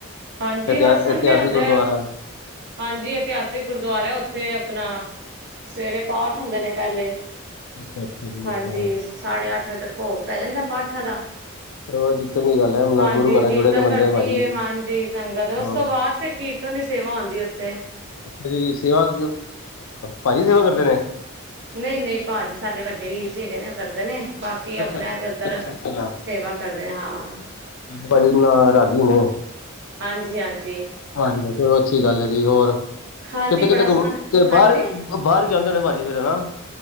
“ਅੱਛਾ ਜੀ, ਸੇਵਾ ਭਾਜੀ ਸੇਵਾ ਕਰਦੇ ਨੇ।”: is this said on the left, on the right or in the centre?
Left